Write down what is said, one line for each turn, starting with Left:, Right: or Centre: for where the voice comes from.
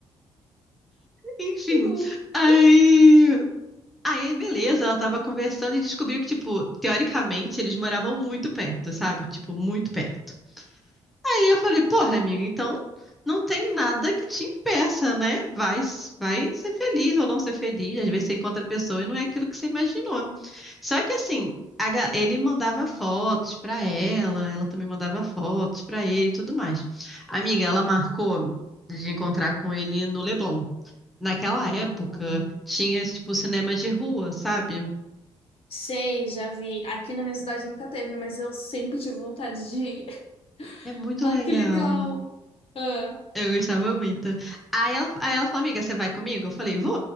Centre: Enfim.
Left: <laughs>
Centre: Aí. Aí, beleza, ela tava conversando e descobriu que, tipo, teoricamente eles moravam muito perto, sabe? Tipo, muito perto. Aí eu falei, porra, amiga, então não tem nada que te impeça, né? Vai, vai ser feliz ou não ser feliz. Às vezes você encontra a pessoa e não é aquilo que você imaginou. Só que assim, a ga- ele mandava fotos pra ela, ela também mandava fotos pra ele e tudo mais. Amiga, ela marcou de encontrar com ele no Leblon. Naquela época,
Left: Muito bom. Uhum.
Centre: tinha esse tipo cinema de rua, sabe?
Left: Sei, já vi. Aqui na minha cidade nunca teve, mas eu sempre tive vontade de ir. <laughs>
Centre: É muito
Left: Ai,
Centre: legal.
Left: que legal. Ah,
Centre: Eu gostava muito. Aí ela, aí ela falou, amiga, você vai comigo? Eu falei, vou,